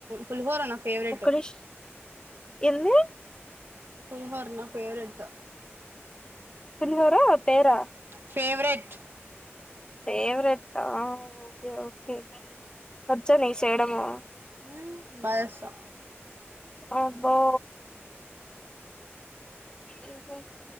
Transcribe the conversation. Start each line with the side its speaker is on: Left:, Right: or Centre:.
Right: పలిహోర నా ఫేవరెట్
Left: ఒక్కడిష్ ఎంది
Right: పలిహోర నా ఫేవరెట్
Left: పలిహోర పేరా
Right: ఫేవరెట్
Left: ఫవెట్కే ఒకే ఒకే వచ్చా నీకు చేయడము
Right: హ బసా
Left: అబ్బో ఇంకా